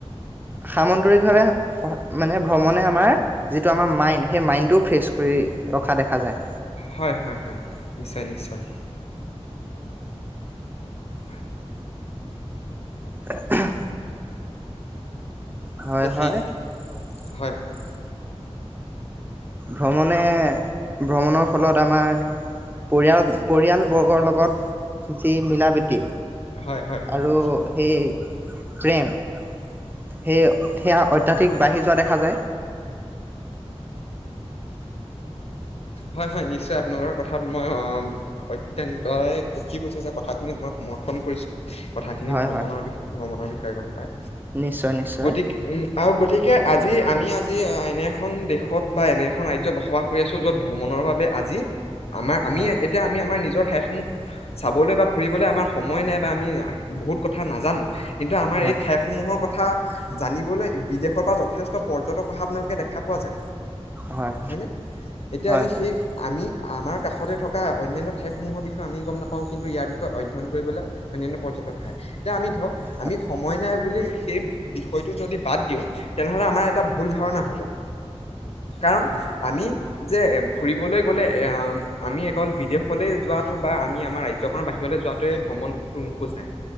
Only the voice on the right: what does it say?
সামন্তৰিকভাৱে মানে ভ্ৰমণে আমাৰ। যিটো আমাৰ মাইণ্ড সেই মাইণ্ডটোও ফ্ৰেছ কৰি ৰখা দেখা যায়।
আহ হয়
হয়
ভ্ৰমণে ভ্ৰমণৰ ফলত আমাৰ পৰিয়াল। পৰিয়ালবৰ্গৰ লগত। যি মিলাপীতি।
আৰু
সেই। প্ৰেম সেইয়। সেয়া অত্যাধিক
বাঢ়ি যোৱা দেখা যায়।
হয়
হয়
নিশ্চয় নিশ্চয়
হয়
হয়
হয়
হয়
হয়
হয়